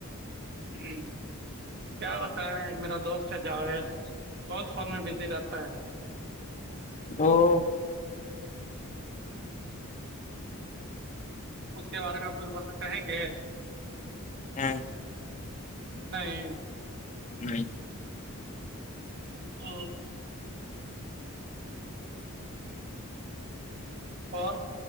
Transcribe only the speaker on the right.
جی کیا بتائیں ایک میرا دوست ہے جاوید بہت فون میں بزی رہتا ہے
اس کے بارے میں آپ کچھ بولنا چاہیں گے
نہیں
اوہ اور